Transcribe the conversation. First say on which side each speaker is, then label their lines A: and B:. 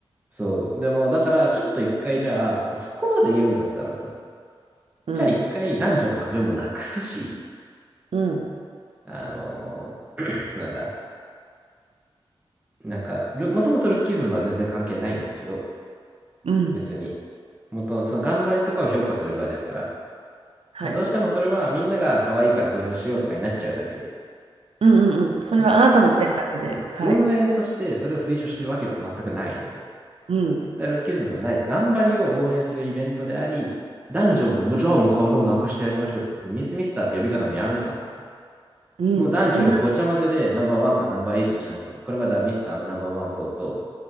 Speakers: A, on the right; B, on the right.
A: そう。でも、だから、ちょっと一回じゃあ、そこまで言うんだったらと。
B: うん、
A: じゃあ一回男女の壁もなくすし、
B: うん、
A: あのー <clears throat> <coughs> なんだ、なんか、もともとルッキズムは全然関係ないんですけど、
B: うん。
A: 別に。もと、その頑張りとかを評価する場ですから。
B: はい。
A: まあ、どうしてもそれはみんなが可愛いから投票しようとかになっちゃうだけで。
B: うんうんうん。それはあなたの選択で。
A: そもそもね、そう、
B: はい。
A: 運営としてそれを推奨してるわけでは全くないので、
B: うん、
A: だからルッキズムでもないと、頑張りを応援するイベントであり、男女も、もうじゃあもう壁もなくしてやりましょうってことで、ミスミスターって呼び方もやめたんですよ。
B: うん。
A: もう男女ごちゃ混ぜでナンバーワンからナンバーエイトにしたんですよ。
B: え、な、
A: これまではミスターのナンバーワン、フォーと、